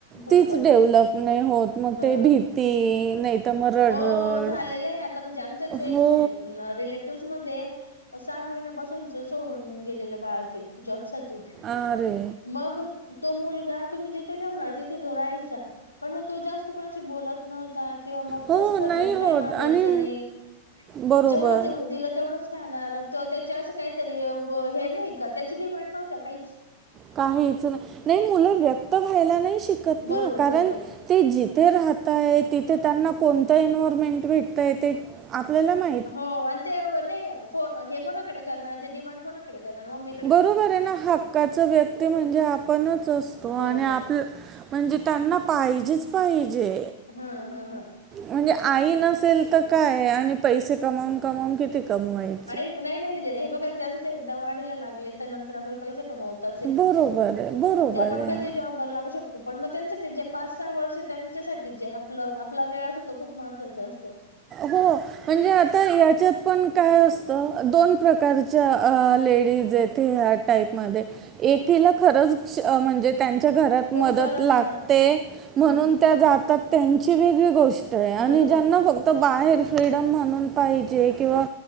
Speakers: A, on the left (about 80°); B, on the right (about 30°).
A: बरोबर
B: तीच डेव्हलप नाही होत मग
A: बरोबर
B: ते भीती नाही तर मग रडरड
A: हो झालेलं आहे आता म्हणजे आमच्याच एक
B: हो
A: म्हणजे रिलेटिव्हस मध्ये सहा महिन्यापासूनच सोडून गेलेलं बाळ ते जॉब साठी
B: आरे.
A: मग तो मुलगा तुम्ही जिथे ठेवणार तिथे रायचा पण मग तो जास्त कोणाशी बोलत नवता किंवा म
B: हो
A: तो असं स्वतःहून
B: नाही होत
A: काही मागायचं
B: आणि
A: नाही.
B: बरोबर
A: जेवढं दिलं तेवढंच णार त त्याच्या असं काहीतरी हे नाही का त्याच्या डिमांड नव्हत्या काहीच
B: काहीच नाही. नाही मुलं व्यक्त व्हायला नाही शिकत ना
A: बरोबर
B: कारण
A: बरोबर
B: ते जिथे राहतय तिथे त्यांना कोणतं एन्वरमेंट भेटतय ते आपल्याला माहि
A: हो आणि ते नाही हे कोणाकडे करणार ते डिमांड कोणाकडे करणार मग म
B: बरोबर आहे ना हक्काच व्यक्ती म्हणजे आपणच असतो.
A: बरोबर
B: आणि आपलं म्हणजे त्यांना पाहिजेच पाहिजे.
A: हा हा हा.
B: म्हणजे आई नसेल तर काय आणि पैसे कमावून कमावून किती कमवाय.
A: आणि नाही नाही हे बघा त्यांच एकदा वाढीला लागले तर नंतर आपण पैसे कमावतो.
B: बरोबर आहे बरोबर
A: आपण
B: आहे
A: क लाू शकतो पण मग त्यां जे पाच सहा वर्ष त्यांच्यासाठी जे आपलं आपला वेळ अस होतो खूप महत्वाचं असतं.
B: हो. म्हणजे आता याच्यात पण काय असतं दोन प्रकारच्या लेडीज येथे ह्या टाईप मध्ये एकीला खरच म्हणजे त्यांच्या घरात
A: खूप
B: मदत
A: गरज
B: लागते
A: आहे हा
B: म्हणून
A: हम्म
B: त्या जातात त्यांची वेगळी गोष्ट आणि
A: बरोबर
B: ज्यांना फक्त बाहेर फ्रीडम म्हणून पाहिजे किंवा